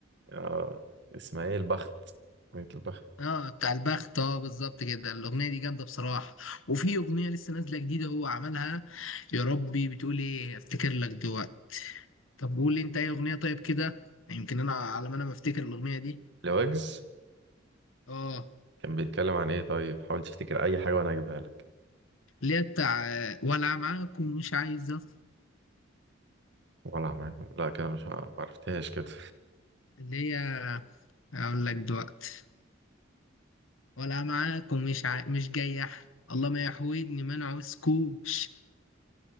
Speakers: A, on the right; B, on the left.
A: آه اسمها ايه البخت اغنيه البخت
B: اه بتاع البخت اه بالظبط كده الاغنيه دي جامده بصراحه وفي اغنيه لسه نازله جديده هو عملها يا ربي بتقول ايه افتكر لك دلوقتي طب قول لي انت اي اغنيه طيب كده يمكن انا على ما انا ما افتكر الاغنيه دي
A: لويجز
B: اه
A: كان بيتكلم عن ايه طيب حاول تفتكر اي حاجه وانا اجيبها لك
B: اللي هي بتاع آه، ولا معاكم مش عايزه
A: ولا معاكم لا كده مش ه- معرفتهاش كده
B: اللي هي اقول لك دلوقتي ولا معاكم مش عاي... مش جاي احد الله ما يحوجني ما انا عاوزكوش